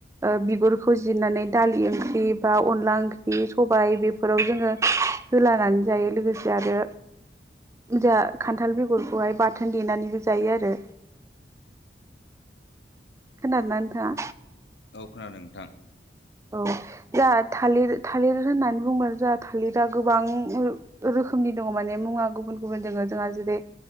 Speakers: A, on the right; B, on the left.
A: ओ बिगुरखौ जिरनानै दालि ओंख्रि बा अनला ओंख्रि सबाय बेफोराव जोङो होलानानै जायो लोगोसे आरो जाहा खान्थाल बेगरखौहाय बाथोन देनानैबो जायो आरो खोनादोना नोंथाङा?
B: औ खोनादों नोंथां।
A: औ जा थालिर थालिर होननानै बुंबा जा थालिरा गोबां ओ रोखोमनि दङ माने मुङा गुबुन गुबुन दोङो जोंहा जेरै